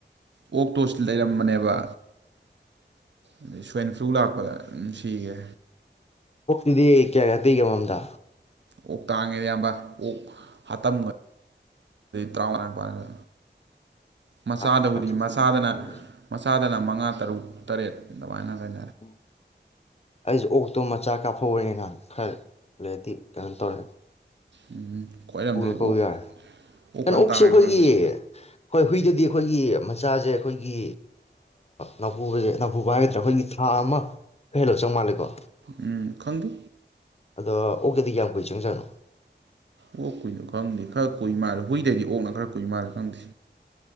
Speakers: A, on the right; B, on the left.
A: ꯑꯣꯛꯇꯣꯁ ꯂꯩꯔꯝꯕꯅꯦꯕ ꯑꯗꯩ ꯁ꯭ꯋꯥꯏꯟ ꯐ꯭ꯂꯨ ꯂꯥꯛꯄꯗ ꯑꯗꯨꯝ ꯁꯤꯒꯦ
B: ꯑꯣꯛꯇꯨꯗꯤ ꯀꯌꯥ ꯀꯌꯥ ꯄꯤꯔꯤꯒꯦ ꯑꯃꯝ ꯃꯝꯗ
A: ꯑꯣꯛ ꯇꯥꯡꯉꯦꯗꯤ ꯑꯌꯥꯝꯕ ꯑꯣꯛ ꯍꯥꯇꯝꯒ ꯇꯔꯥꯃꯉꯥ ꯅꯤꯄꯥꯜꯅꯤ ꯃꯆꯥꯗꯕꯨꯗꯤ
B: ꯇꯔꯥꯃꯉꯥ ꯇꯔꯥꯇꯔꯨꯛ
A: ꯃꯆꯥꯗꯅ
B: ꯎꯝ
A: ꯃꯆꯥꯗꯅ ꯃꯉꯥ ꯇꯔꯨꯛ ꯇꯔꯦꯠ ꯑꯗꯨꯃꯥꯏꯅ ꯂꯩ
B: ꯎꯝ ꯑꯩꯁꯦ ꯑꯣꯛꯇꯣ ꯃꯆꯥ ꯀꯥꯞꯐꯧꯅꯦ ꯅꯍꯥꯟ ꯈꯔ ꯂꯩꯗꯤ ꯀꯩꯅꯣ ꯇꯧꯔꯦ
A: ꯎꯝ ꯈ꯭ꯋꯥꯏꯔꯝꯗꯗꯤ
B: ꯄꯨꯔ ꯄꯨ
A: ꯑꯣꯛ
B: ꯌꯥꯔꯦ
A: ꯑꯣꯛ
B: ꯀꯩꯅꯣ
A: ꯐꯖꯅ
B: ꯑꯣꯛꯁꯦ
A: ꯇꯥꯡꯉꯦ
B: ꯑꯩꯈꯣꯏꯒꯤ
A: ꯑꯩꯈꯣꯏꯔꯣꯝꯗꯗꯤ
B: ꯍꯣꯏ ꯍꯨꯏ ꯁꯤꯗꯗꯤ ꯑꯩꯈꯣꯏꯒꯤ ꯃꯆꯥꯁꯦ ꯑꯩꯈꯣꯏꯒꯤ ꯅꯦꯎꯄꯨꯕꯖꯦ ꯍꯥꯏꯗꯤ ꯅꯥꯄꯨꯕ ꯍꯥꯏꯒꯗ꯭ꯔꯥ ꯑꯩꯈꯣꯏꯒꯤ ꯊꯥ ꯑꯃ ꯈꯔ ꯍꯦꯜꯂꯣ ꯆꯪ ꯃꯥꯜꯂꯦꯀꯣ
A: ꯎꯝ ꯈꯪꯗꯦ
B: ꯑꯗ ꯑꯣꯀꯦꯗꯤ ꯀꯌꯥꯝ ꯀꯨꯏ ꯆꯪꯖꯥꯠꯅꯨ
A: ꯑꯣꯛ ꯀꯨꯏꯅꯣ ꯈꯪꯗꯦ ꯈꯔ ꯀꯨꯏ ꯃꯥꯜꯂꯦ ꯍꯨꯏꯗꯩꯗꯤ ꯑꯣꯛꯅ ꯈꯔ ꯀꯨꯏ ꯃꯥꯜꯂꯦ ꯈꯪꯗꯦ